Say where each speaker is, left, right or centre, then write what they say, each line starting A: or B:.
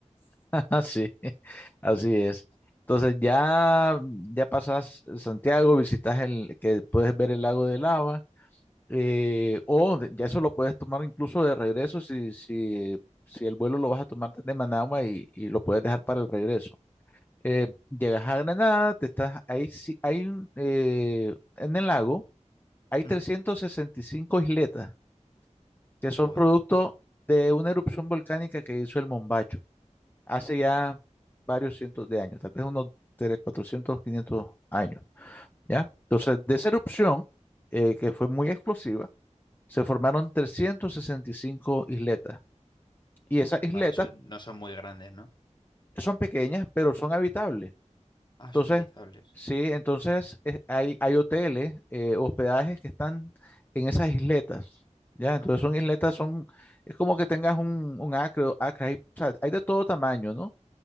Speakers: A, on the left; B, on the left.
A: <laughs> Así, así es. Entonces ya, ya pasas eh, Santiago, visitas el que puedes ver el lago de Lava, eh, o de- ya eso lo puedes tomar incluso de regreso si, si, si el vuelo lo vas a tomar desde Managua y, y lo puedes dejar para el regreso. Eh, llegas a Granada, te estás ahí, sí- hay un, eh, en el lago. Hay
B: ¿Mm?
A: 365 isletas que son
B: Joder,
A: producto de una erupción volcánica que hizo el Mombacho hace ya varios cientos de años, tal vez unos tres cuatrocientos quinientos años, ¿ya? Entonces, de esa erupción, eh, que fue muy explosiva, se formaron 365 isletas. Y esas isletas
B: Va, eso- no son muy grandes, ¿no?
A: son pequeñas, pero son habitables.
B: Ah,
A: Entonces,
B: son habitables.
A: sí, entonces eh, hay, hay hoteles, eh, hospedajes que están en esas isletas, ¿ya?
B: Ah,
A: Entonces son isletas, son, es como que tengas un, un acre, o acre, hay, o sea, hay de todo tamaño, ¿no?